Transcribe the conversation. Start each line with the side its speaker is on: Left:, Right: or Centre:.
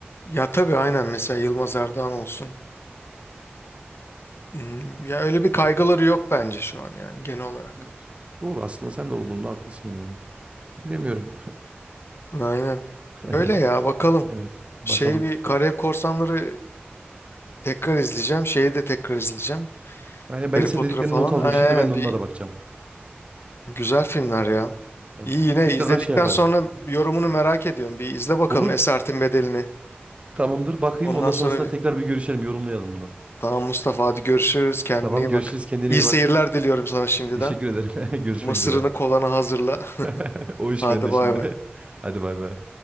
Left: ya tabii aynen mesela Yılmaz Erdoğan olsun. Hmm, Ya öyle bir kaygıları yok bence şu an yani genel olarak.
Right: Evet. Doğru aslında sen de olduğunda haklısın yani. Bilemiyorum.
Left: Aynen.
Right: <laughs>
Left: Öyle ya bakalım.
Right: Evet. Bakalım.
Left: Şey bir Karayip
Right: Ho-
Left: Korsanları tekrar izleyeceğim. Şeyi de tekrar izleyeceğim.
Right: Yani ben
Left: Harry
Right: de senin
Left: Potter'ı
Right: dediklerini
Left: falan.
Right: not aldım.
Left: Aynen
Right: Şimdi ben de
Left: bir
Right: onlara bakacağım.
Left: güzel filmler ya.
Right: Evet.
Left: İyi yine
Right: Tekrardan
Left: izledikten
Right: şey yaparız.
Left: sonra yorumunu merak ediyorum. Bir izle bakalım
Right: Olur.
Left: Esaretin Bedeli'ni.
Right: Tamamdır. Bakayım.
Left: Ondan
Right: Ondan
Left: sonra
Right: sonrasında
Left: bir...
Right: tekrar bir görüşelim. Yorumlayalım bunu.
Left: Tamam Mustafa hadi görüşürüz. Kendine
Right: Tamam.
Left: iyi
Right: Görüşürüz.
Left: bak.
Right: Kendine
Left: İyi
Right: iyi
Left: seyirler
Right: bak.
Left: diliyorum sana şimdiden.
Right: Teşekkür ederim. <laughs> Görüşmek
Left: Mısırını
Right: üzere.
Left: kolana hazırla.
Right: <laughs>
Left: <laughs>
Right: O iş
Left: Hadi
Right: bende
Left: bay
Right: şimdi.
Left: bay.
Right: <laughs> Hadi bay bay.